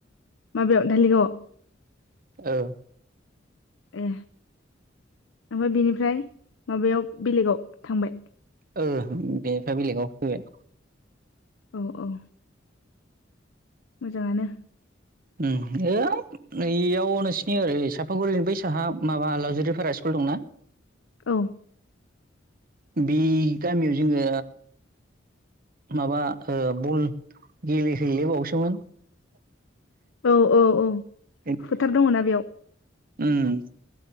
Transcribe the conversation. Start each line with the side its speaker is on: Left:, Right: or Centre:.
Left: माबायाव धालिगाव?
Right: औ
Left: ए ओमफाय बेनिफ्राय माबायाव बेलेगाव थांबाय?
Right: ओ बेनिफ्राय बेलेगाव फैबाय।
Left: औ औ मोजाङानो
Right: उम होइद नै एयाव नोंसिनि ओरै सापागुरिनि बै साहा माबा लावजारि भारा स्कुल दंना
Left: औ
Right: बे गामियाव जोङो माबा बल गेलेहैलाय बावोसोमोन
Left: औ औ औ
Right: उन्दैआव
Left: फोथार दङना
Right: ओम